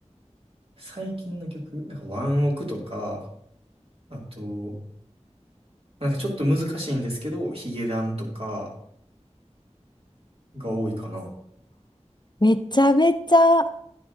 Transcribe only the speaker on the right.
最近の曲、なんかワンオクとか、あと、なんかちょっと難しいんですけど、ヒゲダンとかが多いかな。